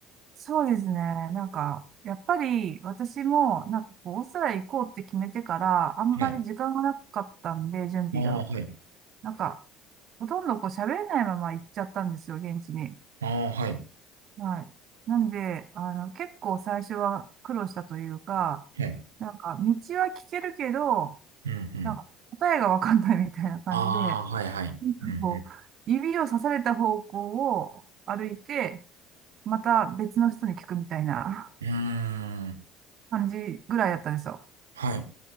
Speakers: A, on the right (about 50°); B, on the right (about 80°).
A: そうですね。なんか、やっぱり私も、なんかこう、オーストラリア行こうって決めてから、あんまり時間がなかったんで、
B: い。
A: 準備が。
B: ああ、はい。
A: なんか、ほとんどこう、喋れないまま行っちゃったんですよ、現地に。
B: ああ、はい。
A: はい。なんで、あの、結構最初は苦労したというか、
B: はい。
A: なんか、道は聞けるけど、
B: うんうん。
A: なんか、答えがわかんないみたいな感じで、
B: ああ、
A: なんかこう、
B: はいはい。うん
A: 指を刺された方向を歩いて、また別の人に聞くみたいな
B: うん。うん。
A: 感じぐらいだったんですよ。
B: はい。